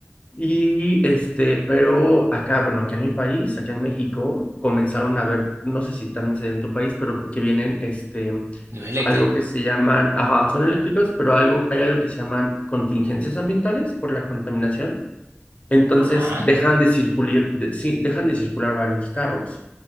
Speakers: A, on the left (about 30°); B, on the right (about 90°).
A: y este, pero acá, bueno, aquí en mi país, aquí en México, comenzaron a ver, no sé si también se ve en tu país, pero que vienen, este,
B: lo eléctrico.
A: algo que se llaman, ajá, son eléctricos, pero algo, hay algo que se llaman contingencias ambientales por la contaminación. Entonces
B: Ah,
A: dejan de circular, de- sí, dejan de circular varios carros.